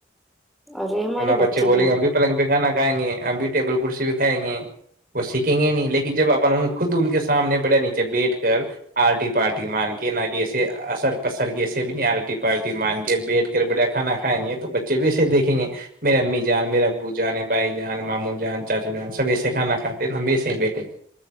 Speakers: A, in the centre; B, on the right.
A: ارے ہمارے
B: ان بچے بولیں
A: تو
B: گے ہم بھی پلنگ پہ کھانا کھائیں گے ہم بھی ٹیبل کرسی بھی کھائیں گی وہ سیکھیں گے نہیں لیکن جب اپ خود ان کے سامنے بڑے نیچے بیٹھ کر آرٹی پارٹی مان کے نہ کہ ایے اثر پسر کے کیسے بھی نہیں آرٹی پارٹی مان کے بیٹھ کر بڑیا کھا کھائیں گے تو بچے بھی ایسے دیکھیں گے میرے امی جان میرے ابو جان بھائی جان ماموں جان چاچو جان سب ایسے کھانا کھاتے ہیں تو ہم بھی ایسے ہی بیٹھے